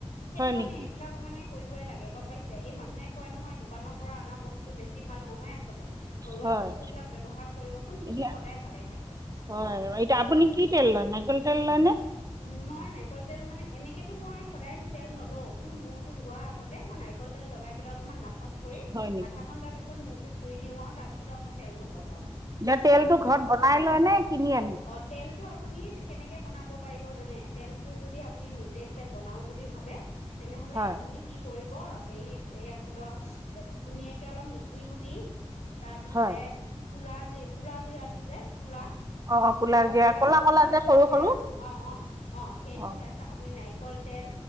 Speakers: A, on the left; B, on the right.
A: সেইটো
B: হয়
A: কাৰণে
B: নেকি
A: এইবিলাক মানে কৰিবই লাগে গম পাইছে। এই মানুহে কয় নহয় দোকানৰ পৰা আনা বচ বস্তু বেছি ভাল নহয় আচলতে। ঘৰুৱা
B: হয়
A: বস্তুবিলাক ব্যৱহাৰ কৰিবচোন চুলি
B: এতিয়া
A: সদায় ভালে থাকে।
B: হয় এতিয়া আপুনি কি তেল লয় নাৰিকল তেল লয়নে
A: উম, মই নাই। কল তেল মানে এনেকেতো মই সদায় তেল নলওঁ। কিন্তু মূৰটো ধোৱাৰ আগতে মই নাৰিকল তেল লগাই পেলায় অলপমান মাছাছঁ। কৰি।
B: হয় নেকি
A: আধা ঘণ্টাৰ পিছত। মূৰতো ধুই দিওঁ। আৰু তাৰ পিছত আৰু মত তেল নলগাও
B: এতিয়া তেলটো
A: তেনেকৈ,
B: ঘৰত বনাই লয় নে কিনি আনে
A: অ তেলটো আপুনি তে কেনেকে বনাব পাৰিব জানে। তেলটো যদি আপুনি নিজে বোলে বনাও বুলি ভাবে। তেনেহলে
B: হয়
A: আপুনি কি। কৰিব। হেৰি এয়া ধৰি লওক ধুনীয়াকে অলপ মিঠি গুটি। তাৰ পিছতে।
B: হয়
A: কুলাজি কুলাজিৰাটো যে। কুলা
B: অঁ
A: কুলাজিৰা
B: ক'লা জিৰা ক'লা ক'লা
A: তাৰপিছতে
B: যে সৰু সৰু
A: আপোন অ', অ', অ', সেইটো
B: অঁ
A: তাৰপিছত আপুনি নাৰি কলতেল